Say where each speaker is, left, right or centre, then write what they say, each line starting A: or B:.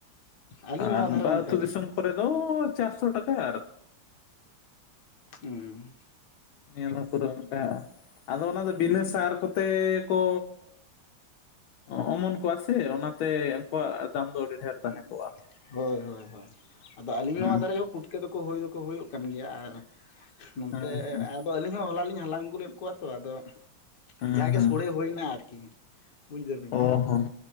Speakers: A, on the left (about 60°); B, on the left (about 75°).
A: ᱟᱹᱞᱤᱧ
B: ᱟᱨ
A: ᱱᱚᱣᱟ
B: ᱱᱚᱝᱠᱟ
A: ᱫᱷᱟᱨᱮ ᱚᱝᱠᱟ
B: ᱟᱹᱛᱩ ᱫᱤᱥᱚᱢ
A: ᱜᱮ,
B: ᱠᱚᱨᱮ ᱫᱚ ᱪᱟᱨᱥᱚ ᱴᱟᱠᱟ ᱟᱨ,
A: ᱦᱩᱸ,
B: ᱱᱤᱭᱟᱹ ᱦᱚᱲ ᱠᱚᱫᱚ ᱚᱝᱠᱟ ᱟᱫᱚ ᱚᱱᱟ ᱫᱚ ᱵᱤᱱᱟᱹ ᱥᱟᱨ ᱠᱚᱛᱮ ᱠᱚ, ᱚᱸ ᱚᱢᱚᱱ ᱠᱚᱣᱟ ᱥᱮ ᱚᱱᱟᱛᱮ ᱩᱱᱠᱩᱣᱟᱜ ᱫᱟᱢ ᱫᱚ ᱟᱹᱰᱤ, ᱰᱷᱮᱨ ᱛᱟᱦᱮᱸ
A: ᱩᱸ
B: ᱠᱚᱜᱼᱟ
A: ᱦᱳᱭ ᱦᱳᱭ ᱦᱳᱭ, ᱟᱫᱚ ᱟᱹᱞᱤᱧ
B: ᱦᱮᱸ
A: ᱱᱚᱣᱟ ᱫᱷᱟᱨᱮ ᱯᱩᱴ ᱯᱩᱴᱠᱟᱹ ᱦᱳᱭ ᱫᱚᱠᱚ ᱦᱳᱭᱳᱜ ᱠᱟᱱ ᱜᱮᱭᱟ ᱟᱨ ᱱᱚᱱᱛᱮ
B: ᱦᱮᱸ ᱦᱮᱸ
A: ᱟᱫ, ᱛᱚ ᱟᱹᱞᱤᱧ ᱦᱚᱸ ᱦᱚᱞᱟ ᱞᱤᱧ ᱦᱟᱞᱟᱝ ᱟᱹᱜᱩ ᱞᱮᱫ ᱠᱚᱣᱟ ᱛᱚ ᱟᱫᱚ
B: ᱦᱮᱸ
A: ᱡᱟᱦᱟᱸᱜᱮ
B: ᱦᱮᱸ
A: ᱥᱳᱲᱮ ᱦᱳᱭᱱᱟ ᱟᱨᱠᱤ, ᱵᱩᱡ ᱫᱟᱵᱤᱱ
B: ᱚ ᱦᱚᱸ